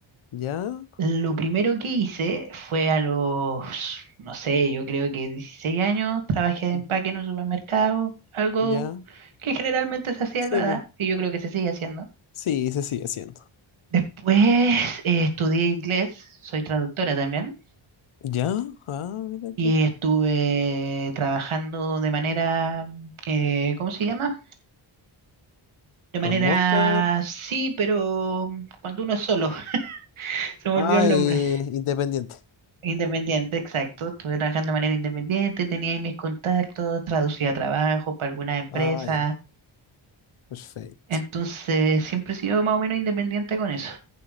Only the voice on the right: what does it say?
Lo primero que hice fue a los, no sé, yo creo que 16 años, trabajé de
empaque en un supermercado, algo
que generalmente se hacía
a esa edad,
y yo creo que se sigue haciendo.
Después eh, estudié inglés, soy traductora también.
y estuve trabajando de manera, eh, ¿cómo se llama? De manera,
sí, pero cuando uno es solo, <laughs> se me
olvidó el nombre.
Independiente, exacto. Estuve trabajando de manera independiente, tenía ahí mis contactos, traducía trabajo para algunas empresas.
Entonces, siempre he sido más o menos independiente con eso.